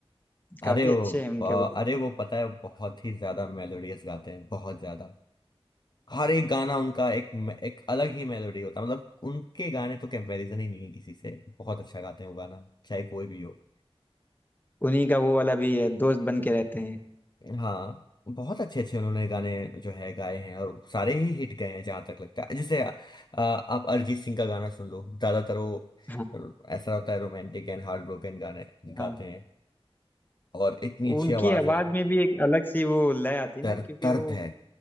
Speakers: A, on the left; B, on the left.
A: काफी
B: अरे वो
A: अच्छे हैं उनके
B: ब-
A: वर्ड।
B: अरे वो पता है वो बहुत ही ज्यादा मेलोडियस गाते हैं बहुत ज्यादा हर एक गाना उनका एक एक अलग ही मेलोडी होता है मतलब उनके गाने तो कंपैरिजन ही नहीं है किसी से बहुत अच्छा गाते हैं वो गाना चाहे कोई भी हो
A: उन्हीं का वो वाला भी है दोस्त बन के रहते हैं
B: हाँ बहुत अच्छे अच्छे उन्होंने गाने जो है गाए हैं और सारे ही हिट गए हैं जहां तक लगता है जैसे अ, आप अरिजीत सिंह का गाना सुन लो ज्यादातर वो
A: हाँ
B: ऐसा होता है रोमांटिक एंड हार्ट ब्रोकन गाने गाते
A: हाँ
B: हैं और इतनी अच्छी
A: उनकी
B: आवाज
A: आवाज
B: है
A: में भी एक अलग सी वो लय आती है
B: दर्द
A: ना क्योंकि
B: दर्द
A: वो
B: है